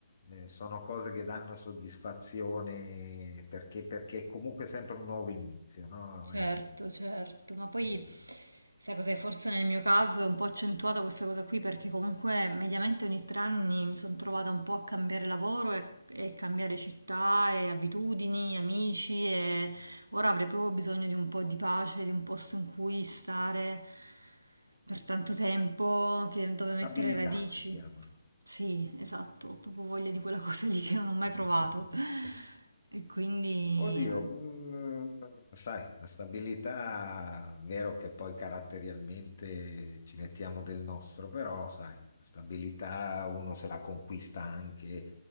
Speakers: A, on the left; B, on the right.
A: eh, sono cose che danno soddisfazione perché, perché comunque è sempre un nuovo inizio, no?
B: Certo,
A: E-
B: certo, ma poi
A: e-
B: sai cos'è? Forse nel mio caso è un po' accentuata questa cosa qui perché comunque mediamente ogni tre anni mi sono trovata un po' a cambiare lavoro e, e cambiare città e abitudini, amici e ora avrei proprio bisogno di un po' di pace, di un posto in cui stare per tanto tempo, che- dove mettere
A: stabilità
B: radici.
A: si chiama.
B: Sì, esatto, ho proprio voglia di quella <laughs> cosa lì che non ho mai
A: <laughs>
B: provato. <laughs> E quindi...
A: Oddio, mm, sai, la stabilità, vero che poi caratterialmente ci mettiamo del nostro, però sai, la stabilità uno se la conquista anche